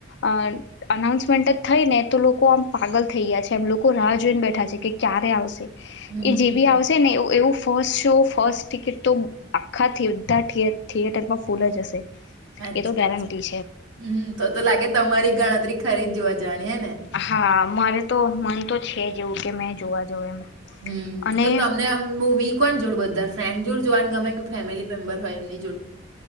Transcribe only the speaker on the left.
અઅ અનાઉન્સમેન્ટ જ થઈ ને તો લોકો આમ પાગલ થઈ ગયા છે એમ લોકો રાહ જોઈને બેઠા છે કે ક્યારે આવશે.
એ જે બી આવશે ને એવ-એવું ફસ્ટ શો ફસ્ટ ટિકિટ તો આખા થીયેટ બધા થિયે-થિયેટરમાં ફૂલ જ હશે.
એ તો
ગેરંટી
હા, મારે તો મન તો છે જ એવું કે મેં જોવા જવ એમ.
અને